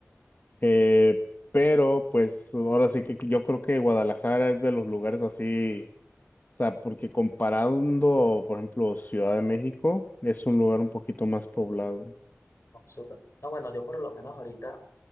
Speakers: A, on the left (about 40°); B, on the left (about 60°).
A: Eh, pero pues ahora sí que que yo creo que Guadalajara es de los lugares así, o sea, porque comparando, por ejemplo, Ciudad de México, es un lugar un poquito más poblado.
B: Súper. No, bueno, yo por lo menos ahorita,